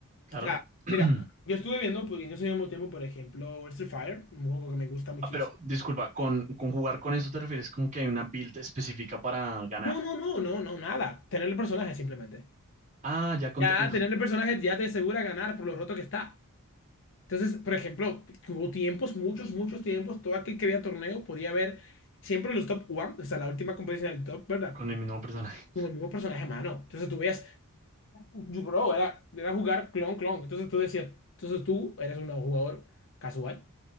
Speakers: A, on the right; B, on the left.
A: claro.
B: sea,
A: <clears throat>
B: mira, yo estuve viendo, pues, en ese mismo tiempo, por ejemplo, Street Fighter, un juego que me gusta muchísimo.
A: Ah, pero disculpa, con, con jugar con eso te refieres como que hay una build específica para ganar.
B: No, no, no, no, no, nada. Tener el personaje simplemente.
A: Ah, ya con,
B: Ya
A: uf,
B: tener el personaje ya te asegura ganar por lo roto que está. Entonces, por ejemplo, hubo tiempos, muchos, muchos tiempos, todo aquel que veía torneo podía ver siempre los top one, o sea, la última competencia del top, ¿verdad?
A: con el mismo personaje.
B: Con el
A: <laughs>
B: mismo personaje, mano. Entonces tú veías, bro, era, era jugar clon, clon. Entonces tú decías, entonces tú eres un jugador casual.